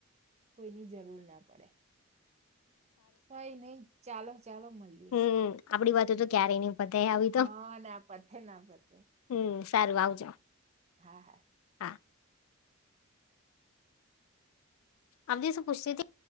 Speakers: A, on the right; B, on the left.
A: કોઈની જરૂર ના પડે. કોંઈ નહી ચાલો ચાલો મલ
B: હમ આપડી વાતો તો ક્યારેય નહી પતે આવી
A: હા ના પથે ના પતે.
B: હમ સારું આવજો.
A: હા હા.
B: હા આગે સુું પુછતી તી.